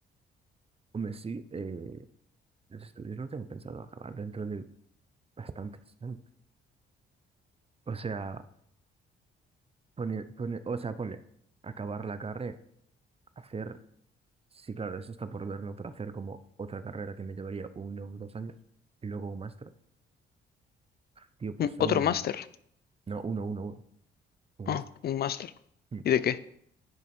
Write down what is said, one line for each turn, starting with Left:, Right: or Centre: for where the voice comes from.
Right: Hombre, sí, eh, los estudios los tengo pensado acabar dentro de bastantes años. O sea, pone- pone- o sea, ponle, acabar la carrera, hacer, sí, claro, eso está por ver, ¿no? Pero hacer como otra carrera que me llevaría uno o dos años y luego un máster. Tío, pues
Left: un-
Right: son,
Left: otro máster.
Right: no, uno, uno, uno, un
Left: Ah,
Right: máster.
Left: un máster.
Right: Mm.
Left: ¿Y de qué?